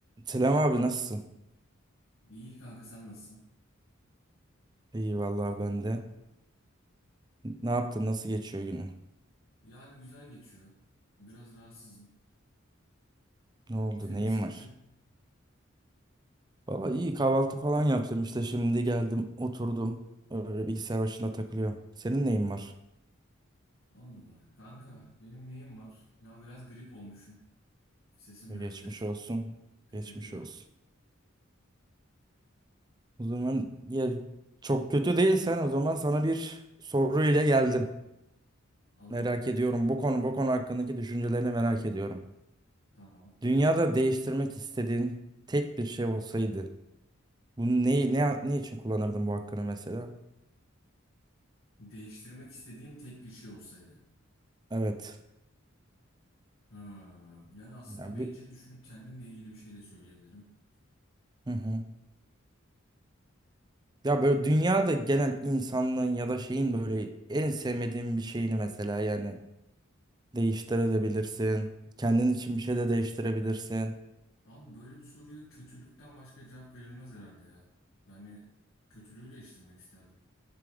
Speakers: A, on the right; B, on the left.
A: Selam abi nasılsın?
B: İyi kanka sen nasılsın?
A: İyi vallahi ben de. Ne yaptın? Nasıl geçiyor günün?
B: Yani güzel geçiyor. Biraz rahatsızım.
A: Ne oldu?
B: Senin
A: Neyin
B: nasıl geçiyor?
A: var? Valla iyi kahvaltı falan yaptım işte şimdi geldim oturdum. Öyle bilgisayar başında takılıyorum. Senin neyin var?
B: On numara. Kanka benim neyim var? Ya biraz grip olmuşum. Sesim
A: Geçmiş
B: biraz kötü.
A: olsun.
B: Teşekkür
A: Geçmiş
B: ederim.
A: olsun. O zaman ya çok kötü değilsen o zaman sana bir soru ile geldim.
B: Alırım
A: Merak
B: hemen
A: ediyorum.
B: bir soru.
A: Bu konu bu konu hakkındaki düşüncelerini merak ediyorum.
B: Tamam.
A: Dünyada değiştirmek istediğin tek bir şey olsaydı bunu ne, ne, ne için kullanırdın bu hakkını mesela?
B: Değiştirmek istediğim tek bir şey olsaydı.
A: Evet.
B: Ha, yani aslında
A: Ya
B: bencil
A: bir
B: düşünüp kendimle ilgili bir şey de söyleyebilirim.
A: hı hı. Ya böyle dünyada genel insanlığın ya da şeyin böyle en sevmediğin bir şeyini mesela yani değiştirebilirsin. Kendin için bir şey de değiştirebilirsin.
B: Abi böyle bir soruya kötülükten başka cevap verilmez herhalde ya. Yani kötülüğü değiştirmek isterdim.